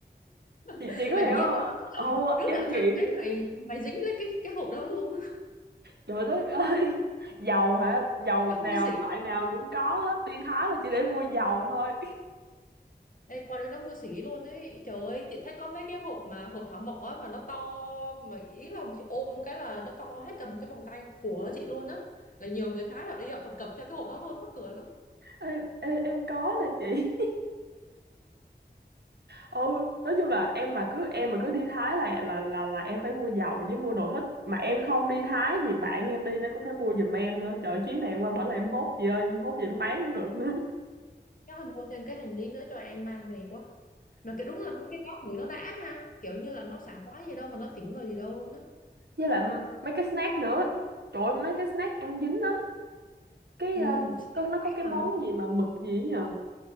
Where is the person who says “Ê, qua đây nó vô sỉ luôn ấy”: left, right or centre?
Left